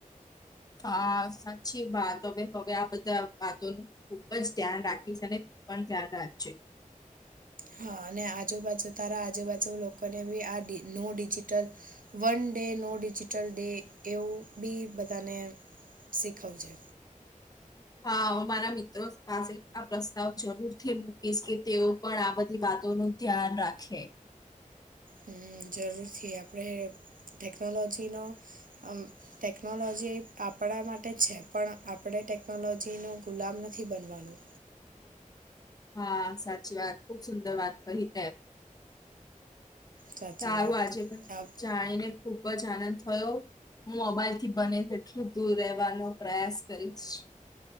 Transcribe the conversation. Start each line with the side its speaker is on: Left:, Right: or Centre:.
Left: હા, સાચી વાત હવે હવે આ બધા વાતોનું ખુબ જ ધ્યાન રાખીશ અને તું પણ ધ્યાન રાખજે.
Right: હ, અને આજુબાજુ તારા આજુબાજુ લોકોને બી આ deal no digital one day no digital day એવું બી બધાને શીખવજે.
Left: હા, હું મારા મિત્રો પાસે આ પ્રસ્તાવ જરૂરથી મૂકીશ કે તેઓ પણ આ બધી વાતોનું ધ્યાન રાખે.
Right: હમ, જરૂર થી આપડે ટેકનોલોજી નો <unintelligible> ટેકનોલોજી એ આપણા માટે જ છે પણ આપણે ટેકનોલોજીનો ગુલામ નથી બનવાનું.
Left: હા, સાચી વાત. ખૂબ સુંદર તે. <unintelligible>
Right: સાચી
Left: આજે
Right: વાત
Left: પણ
Right: આ-
Left: જાણીને ખૂબ જ આનંદ થયો. મોબાઈલ થી બને તેટલું દૂર રહેવાનો પ્રયાસ કરીશ.